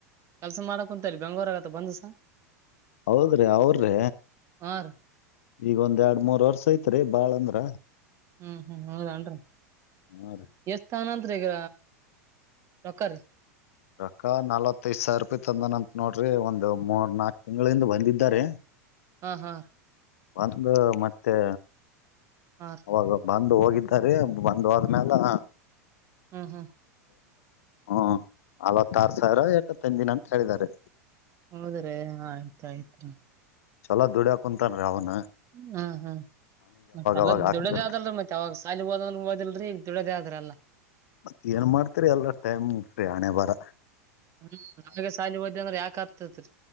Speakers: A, on the right; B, on the left.
A: ಕೆಲ್ಸ ಮಾಡಕ್ ಕುಂತರಿ ಬಂಗೂರ್ಗ. ಬಂದಸ.
B: ಹೌದ್ರಿ ಅವ್ರ್ರೀ
A: ಹಾ ರೀ
B: ಈಗೊಂದ್ ಎರಡ್ ಮೂರ್ ವರ್ಷ ಐತ್ರಿ ಬಾಳ ಅಂದ್ರ.
A: ಹ್ಮ್ ಹ್ಮ್ ಹದನ್ರಿೀ.
B: ಹಾ ರೀ
A: ಎಷ್ಟತಗೋನಂತ ಈಗ ರೊಕ್ಕರಿ.
B: ರೊಕ್ಕ ನಲ್ವತ್ತೈದ್ ಸಾವಿರ ರೂಪಾಯಿ ತಂದನ ಅಂತ ನೋಡ್ರಿ ಒಂದು ಮೂರ್ ನಾಕ್ ತಿಂಗಳಿಂದ ಬಂದಿದ್ದಾ ರಿ.
A: ಹಾ ಹಾ.
B: ಒಂದು ಮತ್ತೆ.
A: ಹಾ
B: ಅವಾಗ ಬಂದು ಹೋಗಿದ್ದಾರೆ ಬಂದು ಹೋದಮೇಲೆ.
A: ಹ್ಮ್ ಹ್ಮ್.
B: ಹ್ಮ್ ಅಲ್ವತ್ತಾರ ಸಾವಿರ ಎಟೂ ತಂದಿದ ಅಂತ ಹೇಳಿದ್ದಾ ರಿ.
A: ಹೌದ್ರೆ ಆಯ್ತಾಯ್ತು.
B: ಚಲೋ ದುಡಿಯಾಕ ಕುಂತಾನ ರೀ ಅವ್ನ.
A: ಹ್ಮ್ ಹ್ಮ್ ಮತ್ತೆಲ್ಲ
B: ಅವಾಗ ಹಾಕ್ತಿರ್ತ
A: ದುಡದ ಆದಲ್ರ ಮತ್ತೆ ಯಾವಾಗ. ಕಾಲಿ ಹಓದ ಹಓದಿಲ್ರರಿ ಈಗ ದುಡೋದೇ ಆದ್ರಲ್ಲ.
B: ಮತ್ತತ್ ಏನ್ ಮಾಡ್ತರಿ ಎಲ್ಲ ಟೈಮ್ ಫ್ರೀ ಹಣೆ ಬಾರ.
A: ಹ್ಮ್ ನಮ ಸಾಲಿ ಹೋದ ಅಂದ್ರ ಯಾಕ ಆಗ್ತತ್ರಿ